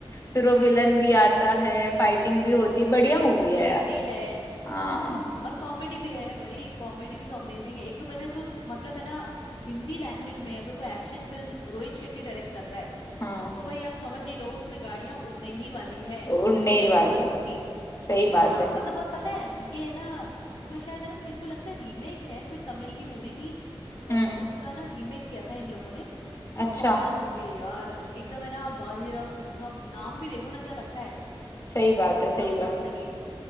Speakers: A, on the left; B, on the left.
A: फिर वो विलन
B: हम्म
A: भी आता है फाइटिंग भी होती है बढ़िया मूवी
B: विलन
A: है यार
B: भी है
A: हाँ
B: और कॉमेडी भी है भाई कॉमेडी भी तो अमेजिंग है एक तो पहले तो मतलब है ना हिंदी लैंग्वेज में अगर कोई action film Rohit Shetty direct कर रहा है
A: हाँ
B: तो भाई आप समझ ही लो उसमें गाड़ियां उड़ने ही वाली है वो
A: उड़ने
B: तो है
A: ही वाली
B: पक्की पक्की
A: है सही बात
B: हाँ
A: है
B: मतलब और पता है ये है ना कोई शायद है ना मेरे को लगता है रीमेक है कोई तमिल की मूवी थी आ,
A: हम्म
B: उसका ना रीमेक किया था इन लोगों ने पर
A: अच्छा
B: कमाल मूवी है यार एकदम है ना बाजीराव सिंघम नाम भी देखो ना क्या रखा है
A: सही बात है सही
B: बहुत ही
A: बात
B: मस्त लगी